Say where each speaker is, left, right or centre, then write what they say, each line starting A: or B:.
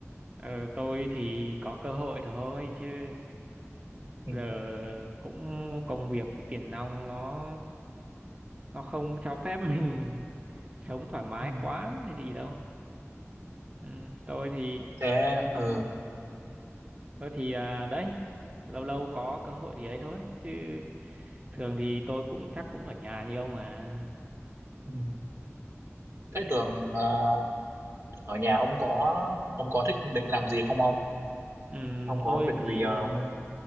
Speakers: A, on the right; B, on the right.
A: Ờ, tôi thì có cơ hội thôi chứ
B: Ừ.
A: giờ cũng công việc với tiền nong nó nó không cho phép <laughs> mình sống thoải mái
B: Ừ.
A: quá hay gì đâu. Ừ, tôi thì
B: Thế ờ,
A: tôi thì à, đấy lâu lâu có cơ hội thì ấy thôi chứ thường thì tôi cũng chắc cũng ở nhà như ông mà
B: ừ. Thế
A: kiểu
B: thường ờ, ở nhà ông có ông có thích để làm gì không ông?
A: ừm,
B: Ông có
A: tôi
B: việc
A: thì
B: gì ờ, ông